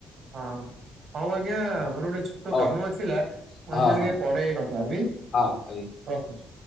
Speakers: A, on the right (about 60°); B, on the left (about 60°).
A: ହଁ ହଉ ଆଜ୍ଞା ମୋର ଗୋଟେ ଛଟ
B: ହଉ
A: କାମ ଆସିଲା ମୁଁ
B: ହଁ
A: ଆପଣଙ୍କୁ
B: ହଁ
A: ଟିକେ ପରେ କଥା ହେବି।
B: ହଁ
A: ହଉ
B: ଭାଇ
A: ରଖୁଛି।